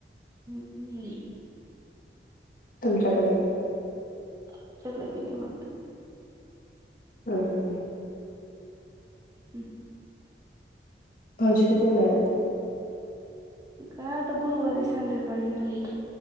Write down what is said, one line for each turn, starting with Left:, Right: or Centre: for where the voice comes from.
Right: <unintelligible>
Left: तुमच्याकडे.
Right: आमच्याकड बी निवांत.
Left: ह, ह, ह.
Right: हम्.
Left: भावजी कधी येणार हायत?
Right: काय आता गुरुवारी संध्याकाळी म्हणलीत.